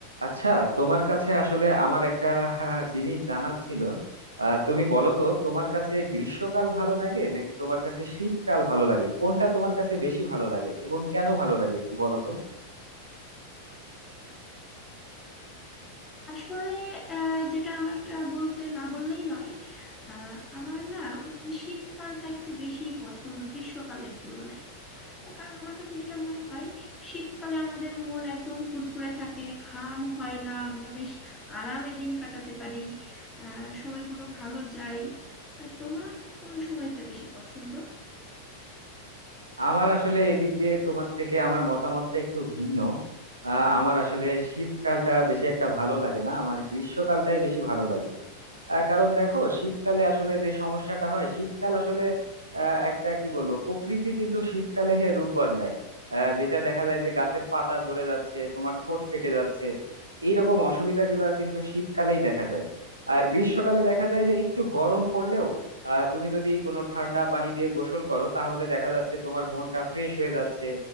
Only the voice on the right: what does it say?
আচ্ছা তোমার কাছে আসলে আমার একটা হ্যাঁ, জিনিস জানার ছিল আহ, তুমি বলো তো তোমার কাছে গ্রীষ্মকাল ভালো লাগে নাকি তোমার কাছে শীতকাল ভালো লাগে কোনটা তোমার কাছে বেশি ভালো লাগে এবং কেন ভালো লাগে একটু বলো তো
আমার আসলে এদিক দিয়ে তোমার থেকে আমার মতামতটা একটু ভিন্ন আহ, আমার আসলে শীতকালটা বেশি একটা ভালো লাগে না আমার গ্রীষ্মকালটাই বেশি ভালো লাগে আহ, কারণ দেখো শীতকালে আসলে যে সমস্যাটা হয় শীতকাল আসলে আহ, একটা কি বলবো প্রকৃতি কিন্তু শীতকালে হে রূপ বদলায় আহ, যেটা দেখা যায় যে গাছের পাতা ঝরে যাচ্ছে তোমার ঠোঁট ফেটে যাচ্ছে এইরকম অসুবিধাগুলো কিন্তু শীতকালেই দেখা যায় আর গ্রীষ্মকালে দেখা যায় যে একটু গরম পড়লেও আহ, তুমি যদি কোনো ঠান্ডা পানি দিয়ে গোসল করো তাহলে দেখা যাচ্ছে তোমার মনটা ফ্রেশ হয়ে যাচ্ছে